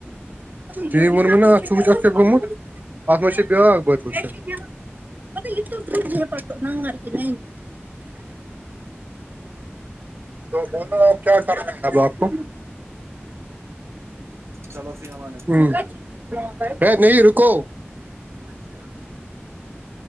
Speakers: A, on the right (about 40°); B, on the right (about 80°).
A: ت ونم نا آھک کیا گمت ات مجھ بیا بچہ وچنے ا یہ تو دورج پٹ نن مرک م تو بولو اب کیا کر رہے ہے اب آپ کو
B: چلو فی ہم
A: ہوں نہیں رکو
B: پانچ د لال